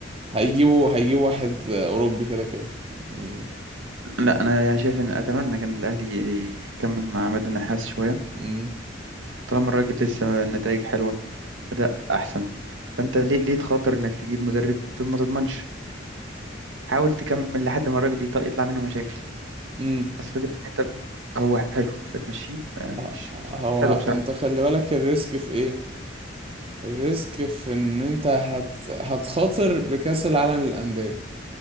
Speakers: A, on the right; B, on the right.
A: هيجيبوا هيجيبوا واحد آه، اوروبي كده كده يعني
B: لا انا يعني شايف ان اتمنى كان الاهلي يكمل مع عماد النحاس شويه
A: امم
B: طالما الراجل لسه النتائج حلوه أداء أحسن فأنت ليه ليه تخاطر إنك تجيب مدرب ما تضمنش حاول تكمل لحد ما الراجل يط- يطلع منه مشاكل
A: امم
B: بس فكرة إن أنت هو حلو فتمشيه آه، مش
A: ه- هو
B: مش حلو
A: انت
B: بصراحة
A: خلي بالك الريسك في ايه الريسك في ان انت هت... هتخاطر بكأس العالم للأندية